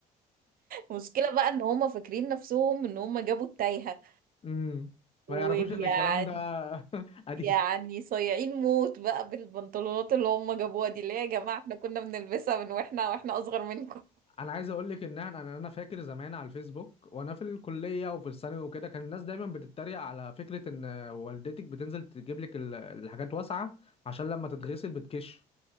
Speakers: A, on the right; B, on the left.
A: مشكلة بقى ان هم فاكرين نفسهم ان هم جابوا التايهة
B: امم ما
A: ويعني
B: يعرفوش ان الكلام ده <laughs> قديم
A: يعني صايعين موت بقى بالبنطلونات اللي هم جابوها دي اللي هي يا جماعة احنا كنا بنلبسها من واحنا واحنا اصغر منكم
B: انا عايز اقول لك ان انا انا أنا فاكر زمان على الفيسبوك وانا في الكليه وفي الثانوي وكده كان الناس دايما بتتريق على فكره ان والدتك بتنزل تجيب لك ال- الحاجات واسعه عشان لما تتغسل بتكش